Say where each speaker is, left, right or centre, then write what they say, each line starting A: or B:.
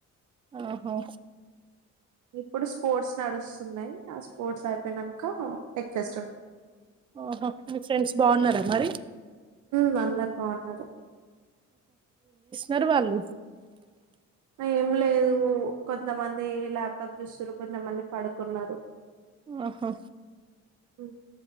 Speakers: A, on the right; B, on the right.
A: ఆహో
B: ఇప్పుడు స్పోర్ట్స్ నడుస్తు ఉన్నాయి ఆ స్పోర్ట్స్ అయిపోయినాక టెక్క్ఫెస్ట్ ఉంటయి
A: ఆహా మీ ఫ్రెండ్స్ బాగున్నారా మరి
B: మ్ అందరు బావుఉన్నారు
A: నర్వాళ్ళు
B: అ ఏమ్ లేదు కొంతమంది ల్యాప్టాప్ చూస్తుారు కొంతమంది పడుకున్నారు
A: ఆహా
B: అ